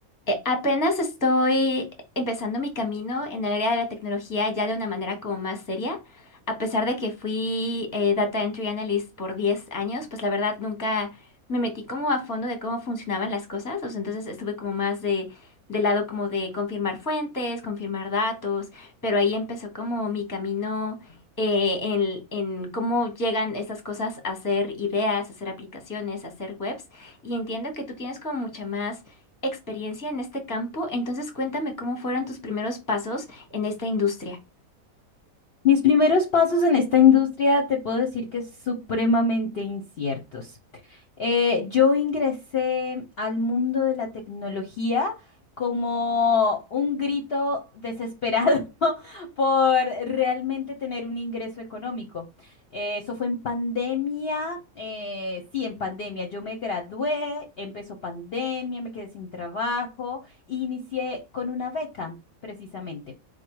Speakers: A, on the left; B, on the left.
A: Eh, apenas estoy empezando mi camino en el área de la tecnología ya de una manera como más seria. A pesar de que fui eh, Data Entry Analyst por 10 años, pues la verdad nunca me metí como a fondo de cómo funcionaban las cosas. O sea, entonces estuve como más de, del lado como de confirmar fuentes, confirmar datos, pero ahí empezó como mi camino eh, en, en cómo llegan estas cosas a ser ideas, a ser aplicaciones, a ser webs. Y entiendo que tú tienes como mucha más experiencia en este campo, entonces cuéntame cómo fueron tus primeros pasos en esta industria.
B: Mis primeros pasos en esta industria te puedo decir que es supremamente inciertos. Eh, yo ingresé al mundo de la tecnología como un grito desesperado <laughs> por realmente tener un ingreso económico. Eh, eso fue en pandemia, eh, sí, en pandemia. Yo me gradué, empezó pandemia, me quedé sin trabajo e inicié con una beca, precisamente